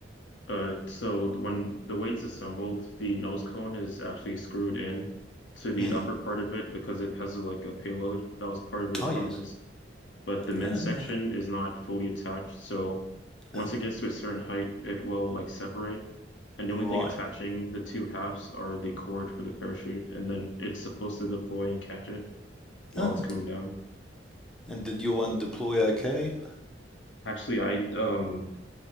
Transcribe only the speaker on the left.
Uh, so the- when the weight's assembled, the nose cone is actually screwed in to the
upper part of it because it has like a payload that was part of the requirements.
But the midsection
is not fully attached, so once
it gets to a certain height, it will like separate. And the
only thing attaching the two halves are the cord for the parachute, and then it's supposed to deploy and catch it while
it's coming down.
Actually, I um